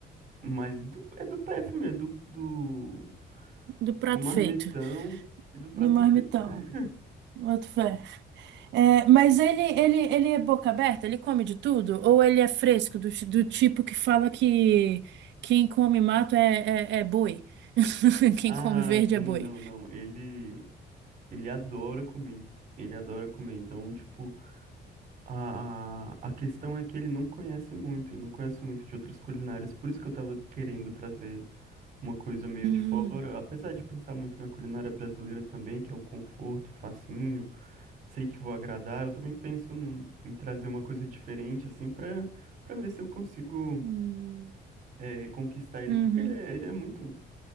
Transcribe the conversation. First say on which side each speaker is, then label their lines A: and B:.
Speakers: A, on the right; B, on the right.
A: Mas do- é do PF mesmo, do, do,
B: Do prato
A: do marmitão
B: feito.
A: e do prato
B: do marmitão.
A: feito. <laughs>
B: Boto fé. É, mas ele, ele, ele é boca aberta? Ele come de tudo? Ou ele é fresco, do, ti- do tipo que fala que quem come mato é, é, é boi? <laughs> Quem
A: Ah,
B: come verde
A: sim,
B: é boi.
A: não, não. Ele, ele adora comer. Ele adora comer. Então, tipo, a, a, a questão é que ele não conhece muito, ele não conhece muito de outras culinárias. Por isso que eu tava querendo trazer uma coisa meio
B: Hum,
A: de fora. Apesar de pensar muito na culinária brasileira também, que é o conforto, facinho, sei que vou agradar. Eu também penso num- em trazer uma coisa diferente, assim, pra, pra ver se eu consigo.
B: Hum.
A: é, conquistar ele,
B: uhum.
A: porque ele é, ele é muito,